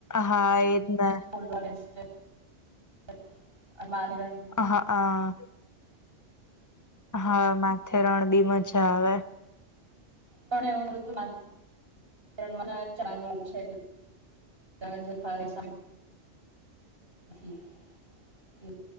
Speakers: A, on the left (about 15°); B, on the right (about 50°).
A: હા એજ ને
B: પીસ્ટર <unintelligible>
A: હા હ હા માથે રણ બી મજા આવે
B: પણ એવુંતું <unintelligible> અત્યારે મને ચા નું છે. ડાઢ દુખાવે <unintelligible> <unintelligible>